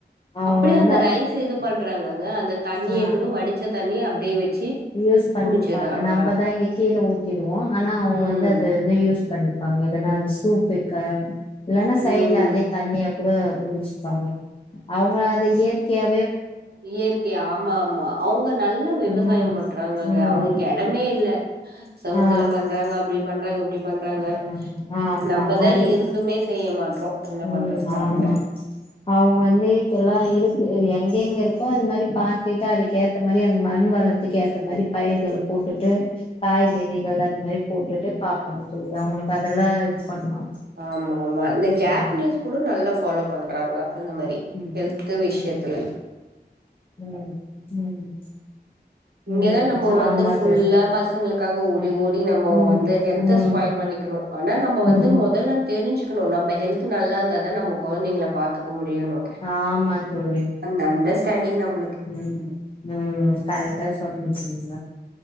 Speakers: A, on the left; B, on the right.
A: அவங்க
B: அப்டியே
A: வந்து
B: அந்த ரைஸ் இது பண்றாங்கங்க அந்த தண்ணிய
A: ஆ
B: கூட வடிச்ச தண்ணி அப்டியே வச்சு
A: யூஸ் பண்ணிப்பாங்க
B: குடிச்சிட்றாங்க
A: நம்மதா இங்க கீழே ஊத்திடுவோ ஆனா அவங்க
B: ம்
A: வந்து அத வந்து யூஸ் பண்ணி தண்ணி எதுனா அது சூப் வைக்க இல்லனா சைட்ல
B: ம்
A: அதையே தண்ணியா கூட குடிச்சுப்பாங்க அவங்க அத இயற்கையா
B: இயற்கைய ஆமா ஆமா அவங்க நல்லா விவசாயம்
A: ம்
B: பண்றாங்கங்க
A: ம்
B: அவங்களுக்கு எடமே இல்ல சவுத்ல
A: ஆ
B: பண்றாங்க அப்டி பண்றாங்க இப்டி பண்றாங்க
A: ம் ஆமா
B: நம்மதா
A: அது
B: இருந்துமே செய்ய மாட்றோ என்ன
A: ம்
B: பண்றது பாருங்க
A: ஆமா அவங்க வந்து இதல்லா இருக்கு எங்கெங்க றிக்கு அது மாரி பாத்துக்ட்டா அதுக்கு ஏத்த மாரி அந்த மண் வளத்துக்கு ஏத்த மாரி பயிர்கள போட்டுட்டு காய்கறிகள் அந்த மாரி போட்டுட்டு பாப் கண்டி தோழி அவங்களுக்கு அதெல்லா இது பண்லா
B: ஆமா ஆமா இந்த ஜாப்பனீஸ்
A: ம்
B: கூட நல்லா ஃபாலோ பண்றாங்க. அந்த மாரி
A: ம்
B: ஹெல்த்து விஷயத்துல
A: ம் ம் ம்
B: இங்கதா
A: ம்
B: நம்ம வந்து
A: ஆமா
B: ஃபுல்லா
A: தோழி
B: பசங்களுக்காக ஓடி
A: ம்
B: ஓடி நம்ம வந்து ஹெல்த்த
A: ம்
B: ஸ்பா
A: ம்
B: யில் பண்ணிக்கணு ஆனா நம்ம வந்து
A: ம்
B: மொதல்ல தெரிஞ்சுக்கணு நம்ம ஹெல்த் நல்லா இருந்ததா நம்ம கொழந்தைங்கள பாத்துக்க முடியணு
A: ஆமா தோழி
B: அந்த அண்டர்ஸ்டாண்டிங் நம்ம
A: ம் ம் கரெக்டா சொன்னிட்டீங்க